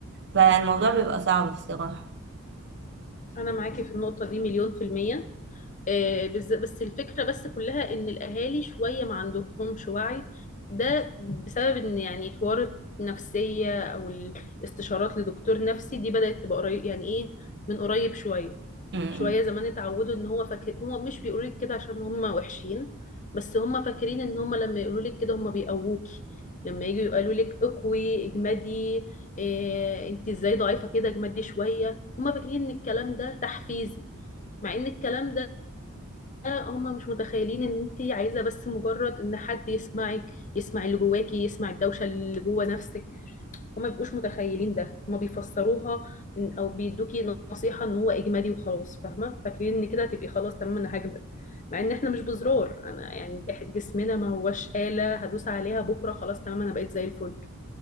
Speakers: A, on the right; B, on the left.
A: فالموضوع بيبقى صعب بصراحة
B: انا معاكي في النقطه دي مليون في الميه آه، بس بس الفكرة بس كلها ان الاهالي شوية ما عندهمش وعي ده بسبب ان يعني حوار النفسية او الاستشارات لدكتور نفسي دي بدأت تبقى قريب يعني ايه من قريب شوية
A: أمم.
B: شوية زمان اتعودوا ان هو فاكر هو مش بيقولوا لك كده عشان هم وحشين بس هم فاكرين ان هم لما يقولوا لك كده هم بيقووكي لما يجوا يقولوا لك اقوي اجمدي إيه انت ازاي ضعيفة كده اجمدي شوية هم فاكرين ان الكلام ده تحفيزي مع ان الكلام ده هما مش متخيلين ان انت عايزه بس مجرد ان حد يسمعك يسمع اللي جواكي يسمع الدوشه اللي جوا نفسك هما مبيبقوش متخيلين ده هما بيفسروها إن- او بيدوكي نصيحه ان هو اجمالي وخلاص فاهمه فاكرين ان كده هتبقي خلاص تمام انا هجمد مع ان احنا مش بزرار انا يعني إح- جسمنا ما هوش آلة هدوس عليها بكره خلاص تمام انا بقيت زي الفل